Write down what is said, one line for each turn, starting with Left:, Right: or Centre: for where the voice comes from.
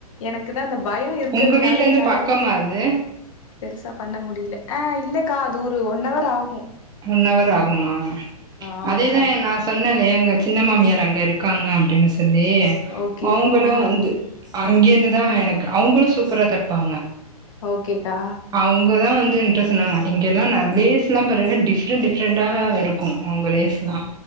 Left: எனக்குதா அந்த பயோ
Right: உங்க வீட்லிந்து
Left: என்னால
Right: பக்கமா அது
Left: பெருசா பண்ண முடில ஆ இல்லக்கா அது ஒரு ஒன் அவர் ஆகு
Right: ஒன்னவர் ஆகுமா
Left: ஆமாக்கா
Right: அதேதான் நா சொ சொன்னேல்லையா எங்க சின்ன மாமியார் அங்கிருக்காங்க அப்டின்னு சொல்லி
Left: ஓகே
Right: அவுங்களு
Left: ஆ
Right: வந்து அங்கேந்துதான் எனக்கு அவுங்களூ சூப்பரா தெப்பாங்க
Left: ஓகேக்கா
Right: அவுங்கதான் வந்து என்ட்ட சொன்னாங்க இங்கெல்லா நெறையா <unintelligible> டிஃப்ரெண்ட் டிஃப்ரெண்ட்டாருக்கு அவுங்க லேஸ் எல்லா